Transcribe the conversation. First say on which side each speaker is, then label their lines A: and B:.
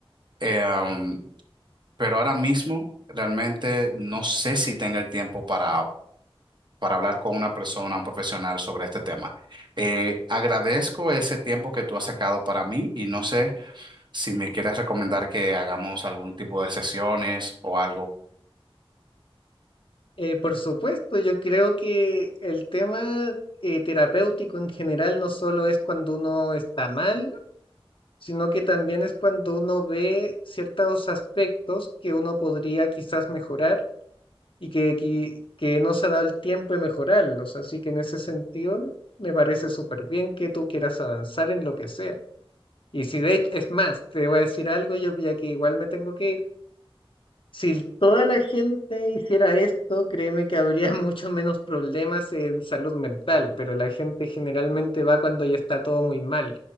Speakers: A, on the right; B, on the left.
A: Eh, um, pero ahora mismo realmente no sé si tenga el tiempo para... para hablar con una persona, un profesional sobre este tema. Eh, agradezco ese tiempo que tú has sacado para mí y no sé si me quieres recomendar que hagamos algún tipo de sesiones o algo,
B: Eh, por supuesto, yo creo que el tema eh, terapéutico en general no solo es cuando uno está mal, sino que también es cuando uno ve ciertos aspectos que uno podría quizás mejorar y que, que, que no se ha dado el tiempo de mejorarlos. Así que en ese sentido, me parece súper bien que tú quieras avanzar en lo que sea. Y si de hecho, es más, te voy a decir algo, yo ya que igual me tengo que ir. Si toda la gente hiciera esto, créeme que habría <laughs> mucho menos problemas en salud mental, pero la gente generalmente va cuando ya está todo muy mal.